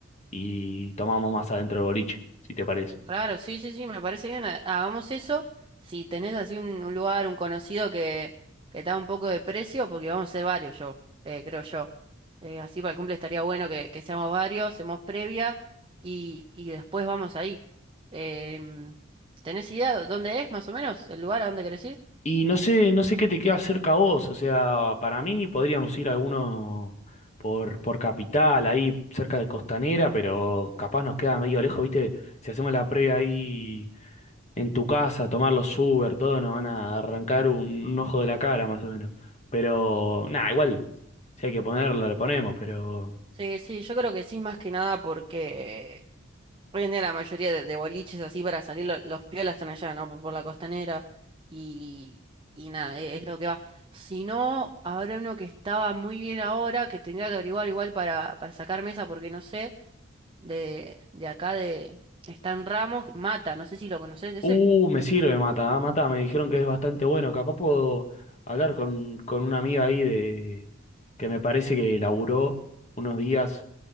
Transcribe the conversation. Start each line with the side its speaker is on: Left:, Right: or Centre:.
Left: y tomamos más adentro del boliche, si te parece.
Right: Claro, sí, sí, sí, me parece bien. ha- Hagamos eso. Si tenés así un, un lugar, un conocido que, que está un poco de precio, porque vamos a ser varios yo, eh, creo yo. Eh, así para el cumple estaría bueno que, que seamos varios, seamos previa y, y después vamos ahí. Em, ¿tenés idea de dónde es más o menos el lugar a dónde querés ir?
Left: Y no sé, no sé qué te queda cerca a vos, o sea, para mí podríamos ir a alguno por, por Capital, ahí cerca de Costanera, pero capaz nos queda medio lejos, ¿viste? Si hacemos la previa ahí en tu casa, tomar los Uber, todo, nos van a arrancar un, un ojo de la cara más o menos. Pero, nada, igual, si hay que ponerlo, le ponemos, pero
Right: Sí, sí, yo creo que sí, más que nada porque Hoy en día la mayoría de, de boliches así para salir, lo- los piolas están allá, ¿no? Por, por la costanera y, y nada, e- es, lo que va. Si no, habrá uno que estaba muy bien ahora, que tendría que averiguar igual para, para sacar mesa, porque no sé, de, de acá de están Ramos, Mata, no sé si lo conoces ese.
Left: Uh, me sirve Mata, ah, Mata me dijeron que es bastante bueno. Capaz puedo hablar con, con una amiga ahí de que me parece que laburó unos días